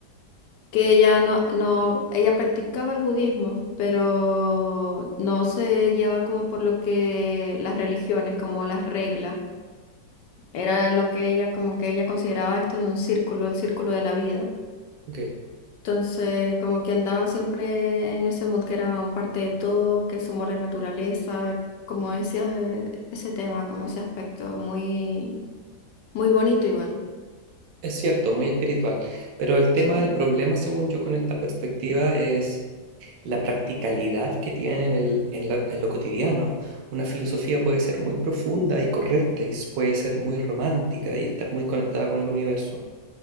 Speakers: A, on the left (about 70°); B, on the right (about 75°).
A: que ella no, no, ella practicaba el budismo, pero no se guiaba como por lo que las religiones, como las reglas. Era lo que ella, como que ella consideraba esto de un círculo, el círculo de la vida.
B: Ok.
A: Entonces, como que andaba siempre en ese mood que era un parte de todo, que sumó la naturaleza, como decía, eh, ese tema, como ese aspecto, muy, muy bonito igual.
B: Es cierto, muy espiritual, pero el tema
A: Sí.
B: del problema, según yo, con esta perspectiva es la practicalidad que tiene en el, en la- en lo cotidiano. Una filosofía puede ser muy profunda y correcta y s- puede ser muy romántica y estar muy conectada con el universo